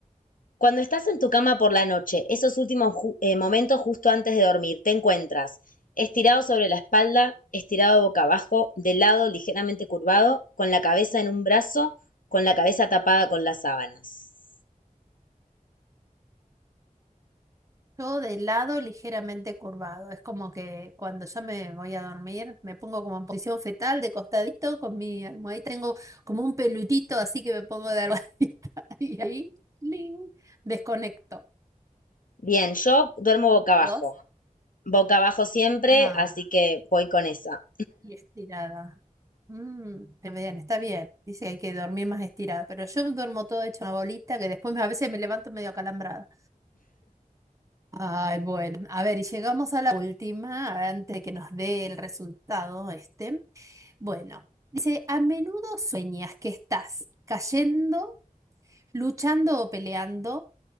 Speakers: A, on the left; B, on the right.
A: Cuando estás en tu cama por la noche, esos últimos ju- eh, momentos justo antes de dormir, te encuentras estirado sobre la espalda, estirado boca abajo, de lado ligeramente curvado, con la cabeza en un brazo, con la cabeza tapada con las sábanas.
B: Yo de lado ligeramente curvado. Es como que cuando yo me voy a dormir, me pongo como en posición fetal, de costadito, con mi almohadita. Tengo como un pelutito, así que me pongo de almohadita. <laughs> Y ahí, ¡ling! desconecto.
A: Bien, yo duermo boca abajo,
B: ¿Vos?
A: boca abajo siempre,
B: Ah,
A: así que voy con esa.
B: y estirada. Mm, está bien, está bien. Dice que hay que dormir más estirada. Pero yo duermo todo hecho una bolita que después me- a veces me levanto medio acalambrada. Ay, bueno. A ver, y llegamos a la última, antes de que nos dé el resultado este. Bueno, dice, a menudo sueñas que estás cayendo, luchando o peleando,